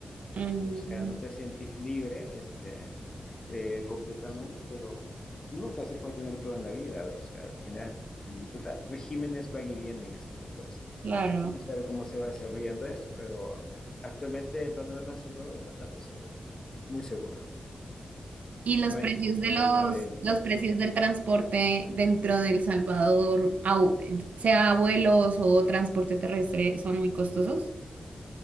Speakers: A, on the right; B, on the left.
A: Mm,
B: O sea, no te sentís libre, este, eh, completamente, pero nunca se puede tener todo en la vida, o sea, al final. Y total, regímenes van y vienen, así que pues,
A: claro.
B: vamos a ver cómo se va desarrollando esto, pero actualmente el panorama del Salvador es bastante seguro, muy seguro.
A: Y los
B: No
A: precios
B: hay ningún
A: de
B: problema
A: los,
B: de delincuencia.
A: los precios del transporte dentro de El Salvador, au- sea vuelos o transporte terrestre, son muy costosos.